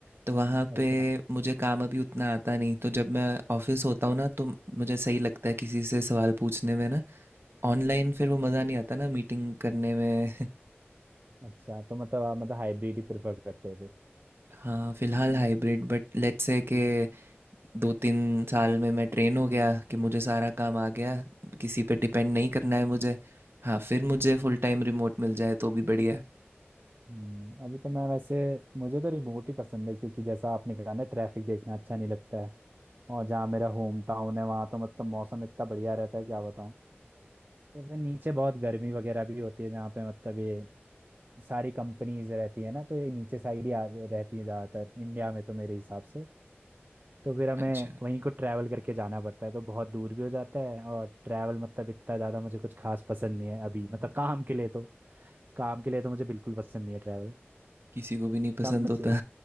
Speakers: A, on the right; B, on the right.
A: तो वहाँ
B: अच्छा
A: पे मुझे काम अभी उतना आता नहीं तो जब मैं ऑफिस होता हूँ ना तो मुझे सही लगता है किसी से सवाल पूछने में ना ऑनलाइन फिर वो मज़ा नहीं आता ना मीटिंग करने में
B: अच्छा तो मतलब आप मतलब हाइब्रिड ही प्रेफर करते हो फिर
A: <laughs> हाँ फिलहाल हाइब्रिड बट लेट्स से के दो तीन साल में मैं ट्रेन हो गया कि मुझे सारा काम आ गया किसी पे डिपेंड नहीं करना है मुझे हाँ फिर मुझे फुल टाइम रिमोट मिल जाए तो भी बढ़िया है
B: हम्म, अभी तो मैं वैसे मुझे तो रिमोट ही पसंद है क्योंकि जैसा आपने कहा ना ट्रैफिक देखना अच्छा नहीं लगता है और जहाँ मेरा होम टाउन है वहाँ तो मतलब मौसम इतना बढ़िया रहता है क्या बताऊँ तो फिर नीचे बहुत गर्मी वगैरह भी होती है जहाँ पे मतलब ये सारी कंपनीज रहती है ना तो ये नीचे साइड ही आ- रहती है ज़्यादातर इंडिया में तो मेरे हिसाब से तो फिर हमें
A: अच्छा
B: वहीं को ट्रैवल करके जाना पड़ता है तो बहुत दूर भी हो जाता है और ट्रैवल मतलब इतना ज़्यादा मुझे कुछ खास पसंद नहीं है अभी मतलब काम के लिए तो काम के लिए तो मुझे बिल्कुल पसंद नहीं है ट्रैवल
A: किसी को भी नहीं पसंद
B: तब मुझे
A: होता